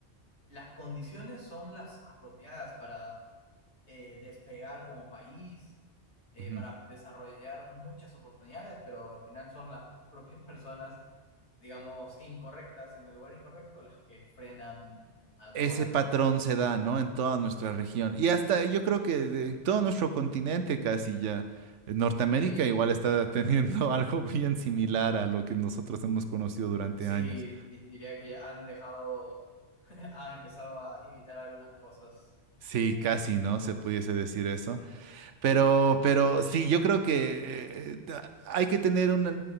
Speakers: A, on the left; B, on the right.
A: las condiciones son las apropiadas para eh, despegar como país, eh,
B: Ujú.
A: para desarrollar muchas oportunidades, pero al final son las propias <laughs> personas, digamos, incorrectas en el lugar incorrecto las que frenan a toda
B: ese
A: una
B: patrón
A: nación.
B: se da, ¿no? En toda nuestra región. Y hasta yo creo que de todo nuestro continente casi ya. Eh, Norteamérica
A: Sí,
B: igual está teniendo <laughs> algo bien similar a lo que nosotros hemos conocido durante
A: sí,
B: años.
A: di- diría que han dejado, <laughs> han empezado a imitar algunas cosas
B: Sí,
A: eh,
B: casi,
A: de
B: ¿no?
A: nosotros.
B: Se pudiese decir eso.
A: Bien.
B: Pero, pero sí, yo creo que eh, ta- hay que tener una...